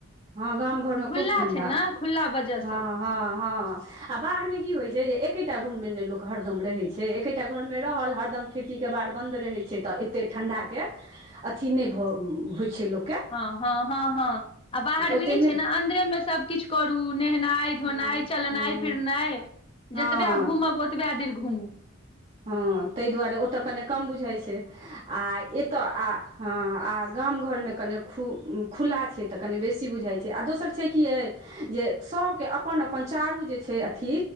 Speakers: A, on the right (about 35°); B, on the left (about 25°).
A: हँ गाम घरमे
B: खुला
A: खूब ठण्डा
B: छै ने खुला वजह
A: हँ
B: सँ
A: हँ हँ आ बाहर मे की होइ छै जे एकेटा रूम मे ने लोक हरदम रहे छै एके एकटा घरमे रहल हरदम खिड़की केबार बन्द रहै छै तऽ ए <unintelligible> ओतेक ठण्डाके अथी नहि भऽ होइ छै लोक
B: हँ हँ हँ हँ आ बाहरमे
A: ओते
B: ई छै
A: नहि
B: ने अन्दरेमे सभ किछु करू नेहेनाइ धोनाइ
A: हँ
B: चलनाइ
A: हँ
B: फिरनाइ जतबे
A: हँ
B: घुमब ओत ओतबए देर घुमू
A: हँ ताहि दुआरे ओतय कने कम बुझाइ छै आ एतय आ हँ आ गाम घर में कने खु खुला छै तऽ कनि बेसी बुझाई छै आ दोसर छै की अइ जे सभके अपन अपन चारू जे छै अथी